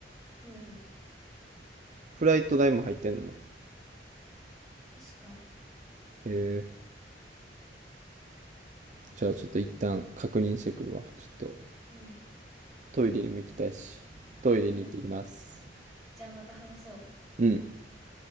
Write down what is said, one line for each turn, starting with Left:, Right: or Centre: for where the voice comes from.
Centre: うん。
Right: フライト代も入ってんのへ
Centre: 確か
Right: え。じゃあちょっと一旦確認してくるわ。ちょっと
Centre: うん。
Right: トイレにも行きたいし。トイレに行ってきます。
Centre: うん。じゃあまた話そう。
Right: うん。